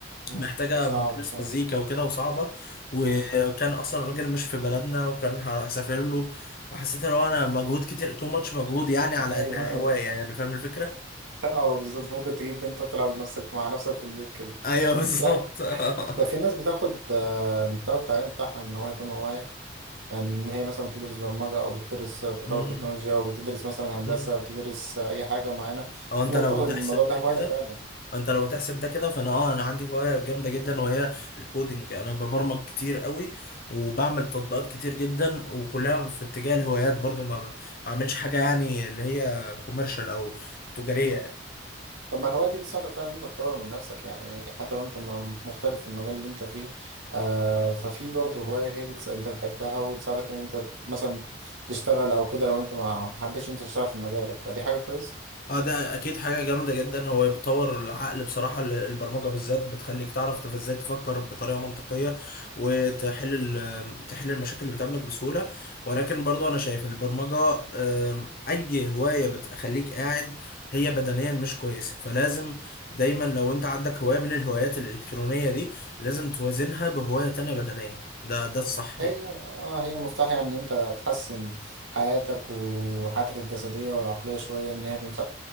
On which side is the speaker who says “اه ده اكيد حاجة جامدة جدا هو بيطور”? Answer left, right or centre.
Left